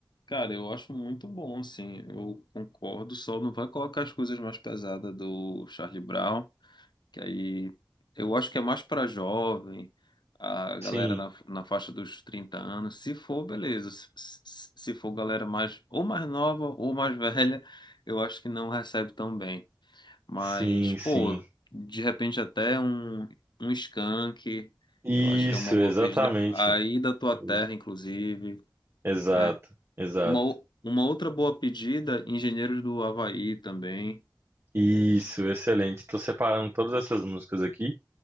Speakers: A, on the left; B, on the right.
A: Cara, eu acho muito bom, sim, eu concordo, só não vai colocar as coisas mais pesadas do Charlie Brown, que aí eu acho que é mais para jovem, a galera
B: Sim,
A: na, na faixa dos 30 anos. Se for, beleza. Se, se se for galera mais ou mais nova ou mais <laughs> velha, eu acho que não recebe tão bem. Mas,
B: sim,
A: pô,
B: sim.
A: de repente até um, um skunk,
B: Isso,
A: eu acho que é uma boa
B: exatamente.
A: pedida. Aí da tua
B: Uh,
A: terra, inclusive,
B: Exato,
A: né?
B: exato.
A: Uma, o- uma outra boa pedida, Engenheiros do Havaí também.
B: Isso, excelente. Estou separando todas essas músicas aqui.